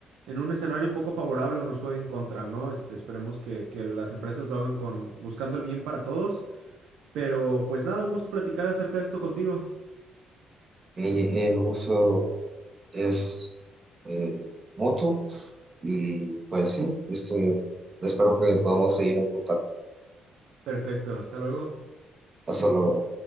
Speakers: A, on the right; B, on the right.
A: en un escenario poco favorable o nos juegue en contra, ¿no? Este, esperemos que, que las empresas lo hagan con, buscando el bien para todos. Pero pues nada, un gusto platicar acerca de esto contigo.
B: Y el uso es eh, mutuo Y pues sí, este, espero que podamos seguir en contacto.
A: Perfecto, hasta luego.
B: Hasta luego.